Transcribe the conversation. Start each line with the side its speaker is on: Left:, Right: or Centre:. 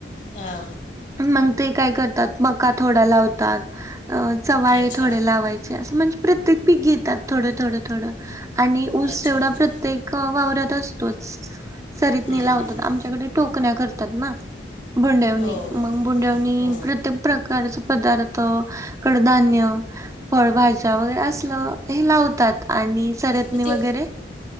Left: हा.
Right: मग ते काय करतात. मका थोडा लावतात. अ -- चवाळे
Left: अच्छा
Right: थोडे लावायचे, असं म्हणजे प्रत्येक पीक घेतात थोडं, थोडं, थोडं. आणि ऊस
Left: अच्छा
Right: तेवढा
Left: अच्छा
Right: प्रत्येक वावरात असतोच सरीतनी
Left: हम्म,
Right: लावतात.
Left: हम्म.
Right: आमच्याकडे टोकण्या करतात ना. बोंड्यावनी
Left: हो
Right: मग बोंड्यावनी
Left: हो
Right: -- प्रत्येक प्रकारचे पदार्थ, कडधान्य फळभाज्या वगैरे असलं हे लावतात. आणि सरतनी
Left: मग ते
Right: वगैरे